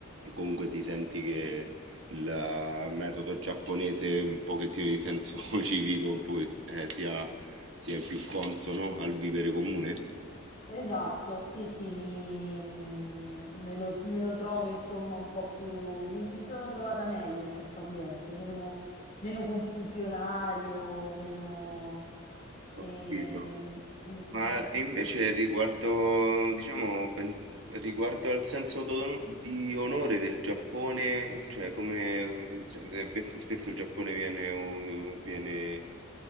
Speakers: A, on the right; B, on the left.
A: comunque ti senti che il metodo giapponese, un pochettino di senso <laughs> civico, un po' eh, sia, sia il più consono al vivere comune.
B: esatto, sì, sì, mi, mm, me lo, me lo trovo insomma un po' più, mi, mi sono trovata meglio in questo ambiente, meno, meno confusionario, meno... ehm,
A: Ho capito.
B: mm,
A: Ma
B: mm.
A: invece riguardo, diciamo, pen- riguardo al senso d'ono- di onore del Giappone, cioè come cioè, eh, bes- spesso il Giappone viene, u- viene